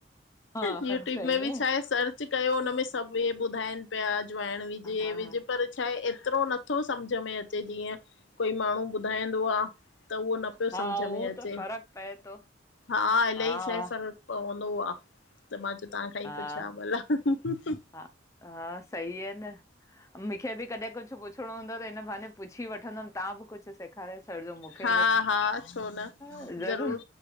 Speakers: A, on the left; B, on the left.
A: हा
B: यूट्यूब
A: सही
B: में बि
A: आहे।
B: छाए सर्च। सर्च कयो हुनमें सभ हि ॿुधाइन प्या अजवाइंन बिज
A: हा
B: ए बिज। पर छा हे एतरो नथो सम्झ में अचे जीअं कोई माण्हू ॿुधाईंदो आ। त उहो न पयो
A: हा
B: सम्झ
A: उहो
B: में अचे
A: त फ़र्क पए थो
B: हा अलही
A: हा
B: शइ पर। पवंदो आ त मां चयो तांखांई
A: हा
B: पुच्छ्यो वा भला।
A: हा हा सही आ न मूंखे बि कॾहिं कुछ पुछिणो हूंदो त हिन बहाने पुछी वठ। वंदम तां बि कुछ। कुछ सेखारे छॾिजो मूंखे
B: हा
A: ब
B: हा छो न
A: ह ज़रूरु।
B: ज़रूर